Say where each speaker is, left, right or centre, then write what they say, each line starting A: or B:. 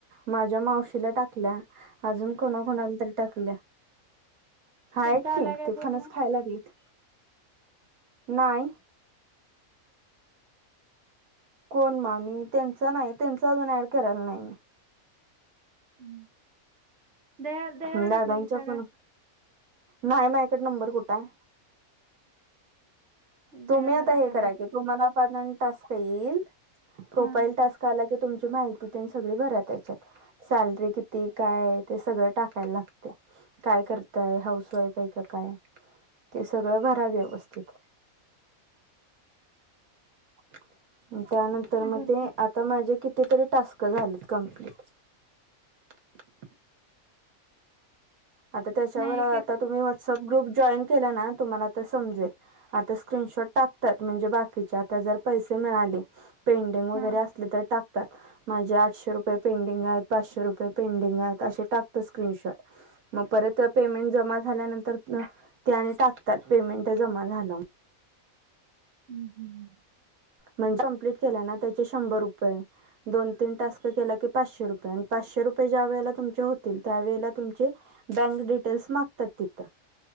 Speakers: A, on the right (about 85°); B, on the right (about 60°).
A: माझ्या मावशीला टाकल्या अजून कोणा कोणा ला तरी टाकलिया. हा
B: त्यांचा
A: आहेत की
B: आलाय काय
A: ते
B: फोन
A: फणस
B: मग?
A: खाय लागलेत. नाही. कोण मामी त्यांचा नाही त्यांचा अजून ऍड करायला नाही.
B: हम्म. दया
A: मी
B: द्याला
A: दादांच्या
B: टाकलेली सागा
A: फोन नाही माझ्या कड नंबर कुठं हाय? तुम्ही
B: दयाला
A: आता हे
B: टाकाय
A: करा
B: पाहिजे
A: की तुम्हाला परत आणि टास्क येईल प्रोफाइल
B: हा हा
A: टास्क आला की तुमची माहिती त्यांनी सगळी भरा त्याच्यात सॅलरी किती काय आहे ते सगळं टाकायला लागतय. काय करताय हाऊस वाईफ आहे का काय? ते सगळं भरा व्यवस्थित. <inaudible> <inaudible> त्यानंतर मग
B: भरपूर
A: ते आता माझे किती तरी टास्क झाले त कम्प्लीट. <inaudible> आता त्याच्यावर
B: नाही
A: आता
B: एक एक
A: तुम्ही व्हॉट्सअप ग्रुप जॉईन केला ना तुम्हांला आता समजेल आता स्क्रीनशॉट टाकतात म्हणजे बाकीचे अता जर पैसे मिळाले पेंडिंग वगैरे
B: हा
A: असली तर टाक टाकतात माझे आठशे रुपये पेंडिंग आहेत. पाचशे रुपये पेंडिंग आहेत असे टाकतात स्क्रीनशॉट. मग परत पेमेंट जमा झाल्यानंतर ते आणि टाकतात पेमेंट जमा झालं.
B: हम्म, हम्म, ह्.
A: म्हणजे कंप्लीट केला ना त्याचे शंभर रुपये दोन, तीन टास्क केला की पाचशे रुपये आणि पाचशे रुपये ज्यावेळेला तुमच्या होतील त्यावेळेला तुमचे बँक डिटेल्स मागतात तिथं.